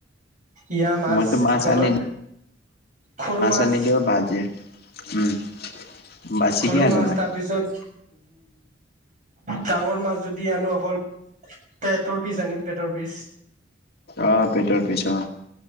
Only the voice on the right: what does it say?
ইয়া মাছ
কি কয়
সৰু মাছ
সৰু
মাছ
তাৰ পিছত ডাঙৰ মাছ যদি আনো অকল পেটৰ পিচ আনিম পেটৰ পিচ